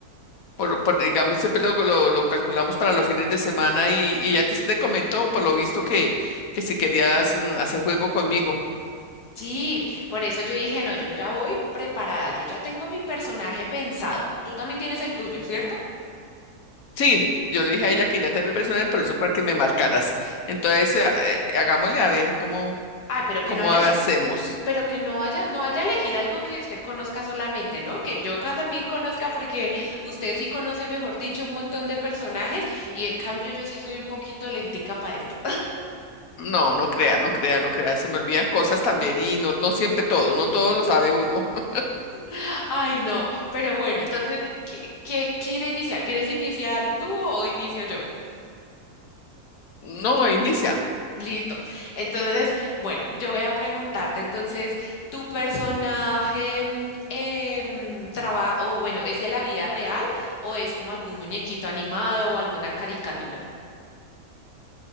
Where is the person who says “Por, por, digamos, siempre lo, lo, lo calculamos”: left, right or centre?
Left